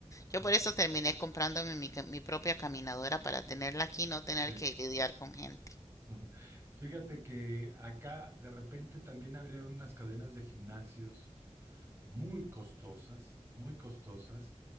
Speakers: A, on the left (about 25°); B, on the right (about 20°).
A: Yo
B: sí,
A: por eso terminé comprándome mi, ca- mi propia caminadora para tenerla aquí y no tener
B: sí.
A: que lidiar con gente.
B: Ujú. Fíjate que acá de repente también abrieron unas cadenas de gimnasios muy costosas, muy costosas,